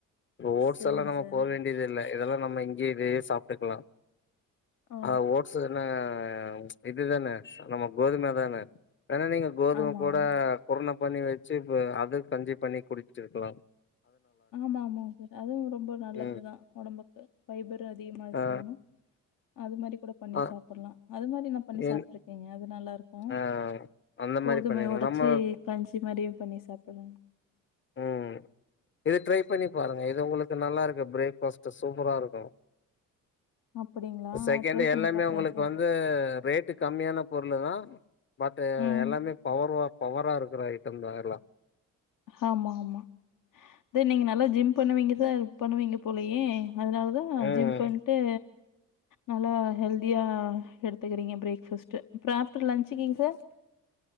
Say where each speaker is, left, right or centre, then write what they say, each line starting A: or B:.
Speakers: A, on the left; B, on the left.
A: ரோட்ஸ்
B: சரிங்க
A: எல்லாம் நம்ம
B: சார்
A: போ வேண்டியது இல்ல இதெல்லாம் நம்ம இங்கேயே இதே சாப்ட்டுக்கலாம்
B: ஓ
A: ஆஹ் ஓட்ஸ் ஆஹ் இது தான நம கோதும தான வேன்னா நீங்க கோதும
B: ஆமா
A: கூட
B: ஆமா
A: குருண பண்ணி வச்சு இ அத கஞ்சி பண்ணி குடிச்சிருக்கலாம்
B: ஆமா ஆமா சார் அதுவும் ரொம்ப நல்லதுதான்
A: ம்
B: உடம்புக்கு ஃபைபரும் அதிகமா
A: ஆ
B: சேரணும் அது மாரி கூட பண்ணி
A: ஆ
B: சாப்பிடலாம் அது மாரி நா பண்ணி
A: என்
B: சாப்பட்டுருக்கீங்க நல்லா இருக்கும்
A: ஆ அந்த
B: கோதுமையா
A: மாரி பண்ணிர்லா
B: உடைச்சு
A: நம்ம
B: கஞ்சி மாரியும் பண்ணி சாப்பிடு
A: ம் இது ட்ரை பண்ணி பாருங்க இது உங்களுக்கு நல்லா இருக் பிரேக் ஃபாஸ்ட் சூப்பரா இருக்கும்
B: அப்படிங்களா?
A: செகண்ட்
B: ட்ரை பண்ணி
A: எல்லாமே
B: பாக்குறேன்
A: உங்களுக்கு
B: சார்.
A: வந்து ரேட்டு கம்மியான பொருளு தான் <inaudible> மத்த
B: ம்.
A: எல்லாமே பவர் வா பவரா இருக்கிற ஐட்டம் தான் எல்லாம்
B: ஆமா ஆமா நீங்க நல்லா ஜிம் பண்ணுவீங்க சார் பண்ணுவீங்க போலயே அதுனால்தான்
A: ம்
B: ஜிம்ப் பண்டே நல்லா ஹெல்தியா எடுத்துக்கறீங்க பிரேக்பாஸ்ட் அப்பறம் ஆப்டர் லன்ச்சுக்கங்க சார்